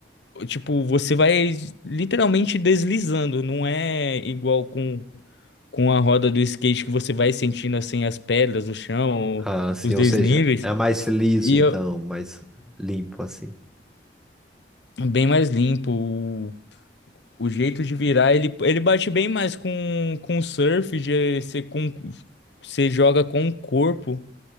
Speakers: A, on the left; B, in the centre.
A: o- Tipo, você vai literalmente deslizando, não é igual com, com a roda do skate que você vai sentindo assim as pedras, o chão,
B: Ah, assim,
A: os desníveis.
B: ou seja, é mais liso
A: E
B: então,
A: eu-
B: mais limpo assim.
A: bem mais limpo. O jeito de virar, ele, ele bate bem mais com, com surf, de, você, com, você joga com o corpo.